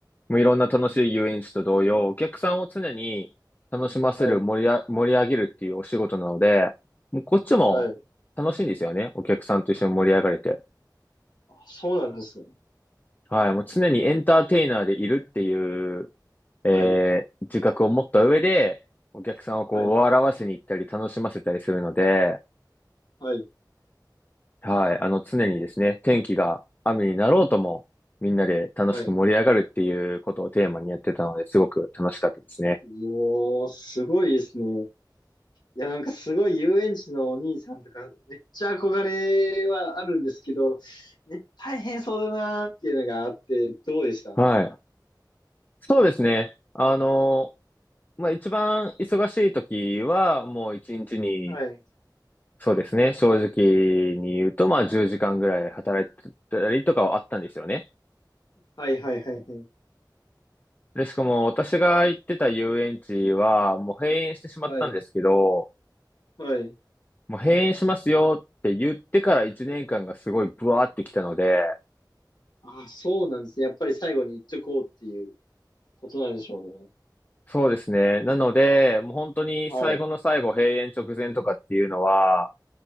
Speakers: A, on the left; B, on the left.
A: もういろんな楽しい遊園地と同様、お客さんを常に楽しませる、
B: はい。
A: 盛りあ、盛り上げるっていうお仕事なので、もうこっちも楽しいんですよね。
B: はい。
A: お客さんと一緒に盛り上がれて。
B: あ、そうなんですね。
A: はい、もう常にエンターテイナーでいるっていう、えー自覚を持った上で、
B: はい。
A: お客さんをこう笑わせに行ったり楽しませたりするので、
B: はい。はい。
A: はい、あの常にですね、天気が雨になろうとも、みんなで楽しく盛り上がるっていうことをテーマにやってたので、
B: はい。
A: すごく楽しかったですね。
B: よー、すごいですね。いや、なんかすごい遊園地のお兄さんとか、めっちゃ憧れはあるんですけど、ね、大変そうだなーっていうのがあって、どうでした
A: はい。そうですね。あの、まあ、一番忙しい時は、もう一日に、
B: はい。
A: そうですね、正直に言うと、まあ、10時間ぐらい働いてたりとかはあったんですよね。
B: はいはいはいはい。
A: で、しかも私が行ってた遊園地は、もう閉園してしまったんですけど、
B: はい。はい。
A: もう閉園しますよって言ってから1年間がすごいブワーってきたので、
B: あ、そうなんですね。やっぱり最後に言っとこうっていうことなんでしょうね。
A: そうですね。なので、もう本当に最後の最後、
B: は
A: 閉園直前とかっていうのは、